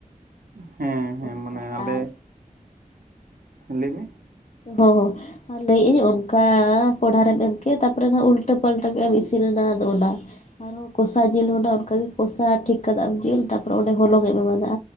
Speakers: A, on the right; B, on the left.
A: ᱦᱮᱸ ᱦᱮᱸ
B: ᱚᱱᱠᱟ
A: ᱢᱟᱱᱮ ᱟᱞᱮ
B: ᱟᱨ
A: ᱞᱟᱹᱭ ᱢᱮ
B: ᱦᱚᱸ ᱦᱚᱸ ᱟᱨ ᱞᱟᱹᱭᱮᱫ ᱟᱹᱧ ᱚᱱᱠᱟ ᱠᱚᱲᱦᱟᱨᱮᱢ ᱮᱢ ᱠᱮᱫ ᱛᱟᱨᱯᱚᱨᱮ ᱦᱟᱸᱜ ᱩᱞᱴᱟᱹ ᱯᱟᱞᱴᱟᱹ ᱠᱮᱫ ᱮᱢ ᱤᱥᱤᱱ ᱮᱱᱟ ᱟᱫᱚ ᱚᱱᱟ ᱟᱨᱚᱸ ᱠᱚᱥᱟ ᱡᱤᱞ ᱦᱚᱸ ᱚᱱᱠᱟᱜᱮ ᱠᱚᱥᱟ ᱴᱷᱤᱠ ᱠᱟᱫᱟᱢ ᱡᱤᱞ ᱛᱟᱨᱯᱚᱨᱮ ᱚᱸᱰᱮ ᱦᱚᱞᱚᱝᱮᱢ ᱮᱢᱟ ᱟᱫᱟ